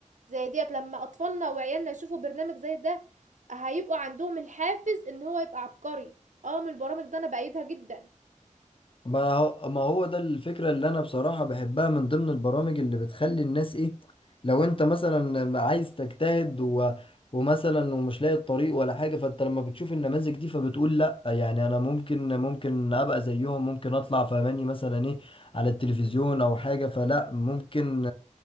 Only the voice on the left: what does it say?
ما هو ما هو ده الفكرة اللي أنا بصراحة بحبها من ضمن البرامج اللي بتخلي الناس إيه لو أنت مثلا عايز تجتهد و... ومثلا ومش لاقي الطريق ولا حاجة فأنت لما بتشوف النماذج دي فبتقول لأ يعني أنا ممكن ممكن أبقى زيهم ممكن أطلع فماني مثلا إيه على التلفزيون أو حاجة فلأ ممكن